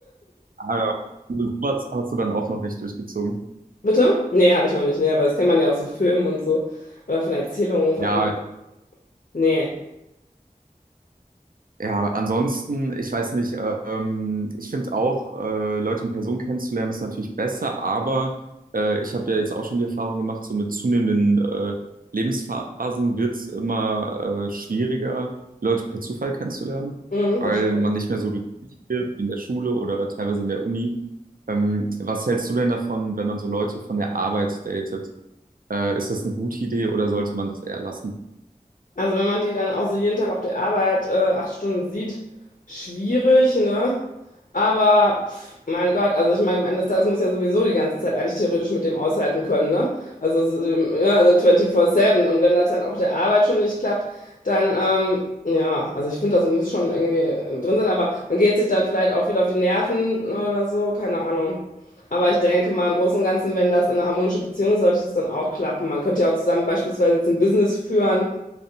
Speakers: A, on the right; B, on the left.
A: Aber sowas hast du dann auch noch nicht durchgezogen.
B: Bitte? Nee, habe ich noch nicht. Nee, aber das kennt man ja aus so Filmen und so. Oder von Erzählungen von
A: Ja,
B: anderen. Nee.
A: Ja, ansonsten, ich weiß nicht, ähm, ich finde auch, äh, Leute in Person kennenzulernen ist natürlich besser, aber äh, ich habe ja jetzt auch schon die Erfahrung gemacht, so mit zunehmenden äh, Lebensphasen wird es immer äh, schwieriger, Leute per Zufall kennenzulernen,
B: Mhm,
A: weil
B: das stimmt.
A: man nicht mehr so durchsichtig wird wie in der Schule oder teilweise in der Uni. Ähm, was hältst du denn davon, wenn man so Leute von der Arbeit datet? Äh, ist das eine gute Idee oder sollte man das eher lassen?
B: Also wenn man die dann auch so jeden Tag auf der Arbeit äh, acht Stunden sieht, schwierig, ne? Aber pf, mein Gott, also ich meine, am Ende des Tages muss ja sowieso die ganze Zeit eigentlich theoretisch mit dem aushalten können, ne? Also, so, äh, ja, also 24/7. Und wenn das halt auch der Arbeit schon nicht klappt, dann, ähm, ja, also ich finde, das muss schon irgendwie äh, drin sein, aber man geht sich dann vielleicht auch viel auf die Nerven ne, oder so, keine Ahnung. Aber ich denke mal, im Großen und Ganzen, wenn das in eine harmonische Beziehung ist, sollte das dann auch klappen. Man könnte ja auch zusammen beispielsweise jetzt ein Business führen